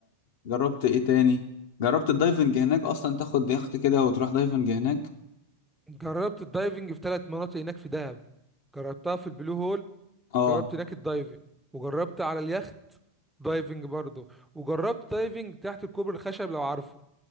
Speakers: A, on the left; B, in the centre.
A: جربت ايه تاني جربت الدايفنج هناك اصلا تاخد يخت كده وتروح دايفنج هناك
B: جربت الدايفنج في ثلاث مناطق هناك في دهب جربتها في البلو هول
A: اه
B: جربت هناك الدايفنج وجربت على اليخت دايفنج برضه وجربت دايفنج تحت الكوبري الخشب لو عارفه